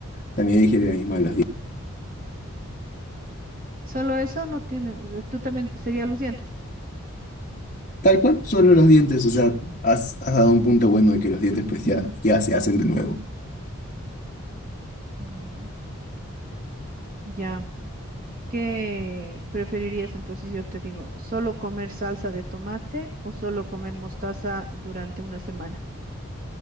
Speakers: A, on the left; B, on the right.
A: También dije lo mismo de los dientes.
B: Solo eso no tiene, tú también sería los dientes.
A: Tal cual, solo los dientes, o sea, has, has dado un punto bueno de que los dientes pues ya, ya se hacen de nuevo.
B: Mm, ya. ¿Qué preferirías entonces? Yo te digo, ¿solo comer salsa de tomate o solo comer mostaza durante una semana?